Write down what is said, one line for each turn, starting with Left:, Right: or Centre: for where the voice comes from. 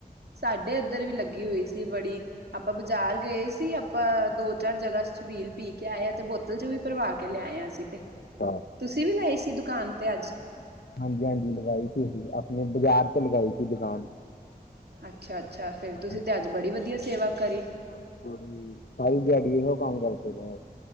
Right: ਸਾਡੇ ਇਧਰ ਵੀ ਲੱਗੀ ਹੋਈ ਸੀ ਬੜੀ। ਆਪਾਂ ਬਾਜਾਰ ਗਏ ਸੀ, ਆਪਾਂ ਦੋ-ਚਾਰ ਜਗ੍ਹਾ ਛਬੀਲ ਪੀ ਕੇ ਆਏ ਤੇ ਬੋ ਬੋਤਲ ਵੀ ਭਰਵਾ ਕੇ ਲਿਆਏ ਆਂ ਅਸੀ ਤੇ
Left: ਅੱਛਾ।
Right: ਤੁਸੀ ਵੀ ਲਾਏ ਸੀ ਦੁਕਾਨ ਤੇ ਅੱਜ।
Left: ਹਾਂਜੀ, ਹਾਂਜੀ ਲਗਾਈ ਸੀ ਅਸੀ ਆਪਣੇ ਬਾਜਾਰ ਤੇ ਲਗਾਈ ਸੀ ਦੁਕਾਨ
Right: ਅੱਛਾ-ਅੱਛਾ ਫੇਰ
Left: ਹਾਂਜੀ,
Right: ਤੁਸੀ ਤੇ ਅੱਜ ਬੜੀ ਵਧੀਆ ਸੇਵਾ ਕਰੀ।
Left: <unintelligible> ਸਾਰੀ ਦਿਆਡੀ ਇਹੋ ਕੰਮ ਕਰਦੇ ਰੇ ਆਂ।